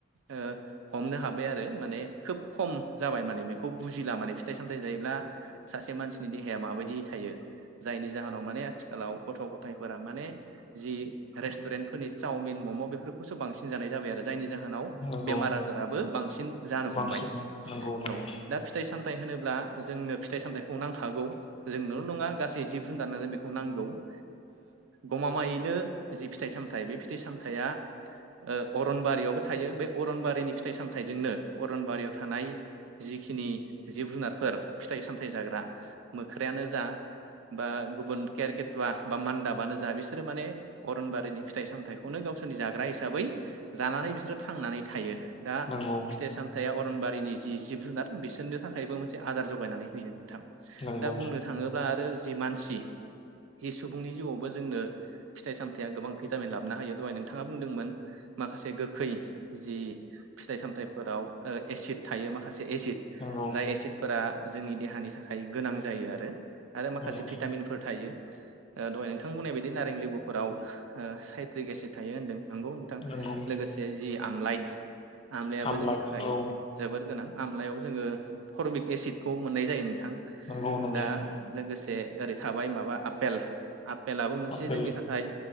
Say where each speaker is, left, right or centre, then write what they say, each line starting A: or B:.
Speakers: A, on the right (about 75°); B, on the left (about 30°).
A: ओ हमनो हाबाय आरो माने खोब खम जाबाय माने बेखौ बुजिला माने फिथाइ सामथाइ जायोब्ला सासे मानसिनि देहाया माबायदि थायो जायनि जाहोनाव माने आथिखालाव गथ' गथायफोरा माने जि रेस्टुरेन्ट फोरनि चावमिन मम' बेफोरखौसो बांसिन जानाय जाबाय आरो जायनि जाहो नाव
B: नंगौ
A: बेमार आजाराबो बांसिन जानो हमबाय
B: बांसिन नंगौ नंगौ
A: औ दा फिथाइ साम थाय होनोब्ला जोंनो फिथाइ सामथाइखौ नांखागौ जोंनोल' नङा गासै जिब जुनारनोनो बेखौ नांगौ ओ गमामायैनो जि फिथाइ सामथाइ बे फिथाइ सामथाइया ओ अरनबारियावबो थायो बे अरनबारिनि फिथाइ सामथाइजोंनो अरनबारियाव थानाय जिखिनि जिब जुनारफोर फिथाइ सामथाइ जाग्रा मोख्रायानो जा बा गुबुन केेरकेत बा मान्दाबानो जा बिसोरो माने अरनबारिनि फिथाइ सामथाइखौनो गावसोरनि जाग्रा हिसाबै जानानै बिसोरो थांनानै थायो। दा
B: नंगौ
A: फिथाइ सामथाइया अर अरनबारिनि जि जिब जुनार बिसोरनो थाखायबो मोनसे आदार जगायनानै होयो नोंथां।
B: नंगौ
A: दा बुंनो थाङोब्ला आरो जि मानसि जि सुबुंनि जिउआवबो जोंनो फिथाइ सामथाइया गोबां भिटामिन लाबोना होयो दहाय नोंथाङा बुंदोंमोन माखासे गोखै जि फिथाइ सामथाइफोराव ओ एसिड थायो माखासे एसिड
B: नंगौ
A: जाय एसिडफोरा जोंनि देहानि थाखाय गोनां जायो आरो आरो माखासे
B: नंगौ
A: भिटामिनफोर थायो। ओ दहाय नोंथां बुंनाय बायदि नारें लिबुफोराव ओ साइट्रिक एसिड थायो होनदों नंगौ नोंथां
B: नंगौ
A: लोगोसे जि आमलाइ आमलाइयाबो
B: आमलाइ
A: जोंनि थाखाय
B: औ
A: जोबोर गोनां। आमलायाव जोङो फरमिक एसिडखौ मोननाय जायो नों थां
B: नंगौ नंगौ
A: दा लोगोसे ओरै साबाय माबा पेल आ <unintelligible> फेलाबो मोनसे
B: आफेल
A: जोंनि थाखाय